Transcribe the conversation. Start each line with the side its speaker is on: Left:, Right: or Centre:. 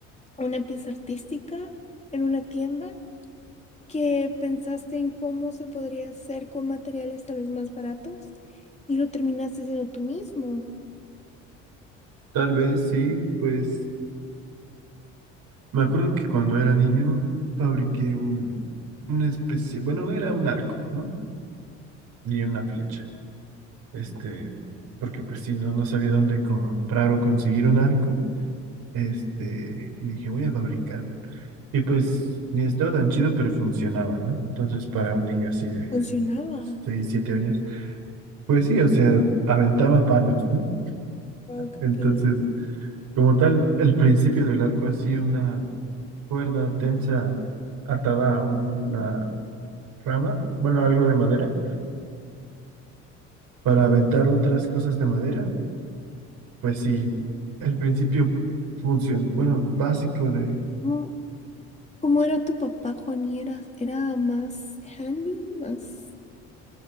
Left: una pieza artística en una tienda que pensaste en cómo se podría hacer con materiales tal vez más baratos y lo terminaste haciendo tú mismo.
Right: Tal vez sí, pues me acuerdo que cuando era niño fabriqué un, una especie, bueno, era un arco, ¿no? Y una flecha, este, porque pues sí, no, no sabía dónde comprar o conseguir un arco. Este, y dije, voy a fabricarme. Y pues ni estaba tan chido, pero funcionaba, ¿no? Entonces, para un niño así de
Left: Funcionaba.
Right: 6 7 años, pues sí, o sea, aventaba palos, ¿no?
Left: Wow, qué
Right: Entonces,
Left: pila.
Right: como tal, el principio del arco así, una cuerda tensa atada a una rama, bueno, algo de madera, para aventar otras cosas de madera, pues sí, el principio función, bueno, básico de
Left: ¿Cómo- ¿Cómo era tu papá, Juani? ¿Era, era más handy, más